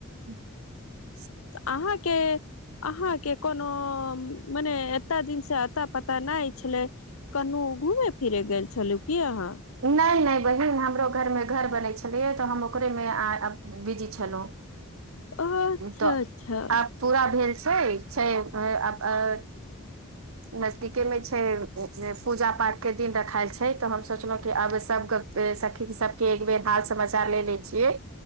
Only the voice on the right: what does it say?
हूं। <unintelligible>
नहि -नहि बहिन हमरो घरमे घर बनै छलियै तऽ हम ओकरेमे बिजी छलहुँ।
तऽ
आब पूरा भेल छै- छै। <unintelligible> नजदीकेमे छै पूजा पाठके दिन रखायल छै तऽ हम सोचलहुँ कि आब सभ सखी सभके एक बेेर हाल समाचार ले लै छियै